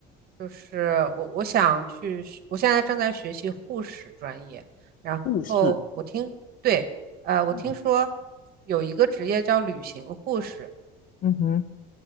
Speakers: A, on the right; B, on the left.
A: 就是我我想去学我现在正在学习护士专业，然后我听对，
B: 不是，
A: 呃，我听说
B: 嗯
A: 有一个职业叫旅行护士。
B: 嗯哼，